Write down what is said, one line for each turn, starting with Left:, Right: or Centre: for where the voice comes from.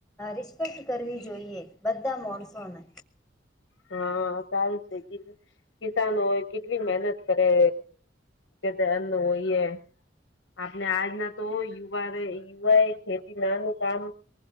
Centre: રિસ્પેક્ટ કરવી જોઈએ બધા માણસોને.
Left: હા સારું છે કિસાનો કેટલી મહેનત કરે. કે તેનો હોઈએ. આપણે આજના તો યુવા યુવા એ ખેતી નાનું કામ